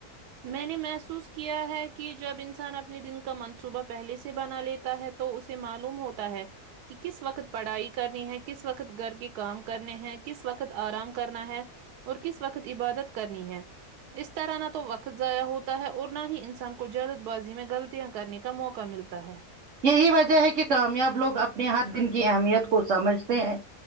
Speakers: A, on the right; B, on the right.
A: میں نے محسوس کیا ہے کی جب انسان اپنے دن کا منصوبہ پہلے سے بنا لیتا ہے تو اسے معلوم ہوتا ہے کی کس وقت پڑھائی کرنی ہے کس وقت گھر کے کام کرنے ہیں کس وقت آرام کرنا ہے اور کس وقت عبادت کرنی ہے اس طرح نہ تو وقت ضائع ہوتا ہے اور نہ ہی انسان کو جلد بازی میں غلطیاں کرنے کا موقع ملتا ہے
B: یہی وجہ ہے کہ کامیاب لوگ اپنے ہر دن کی اہمیت کو سمجھتے ہیں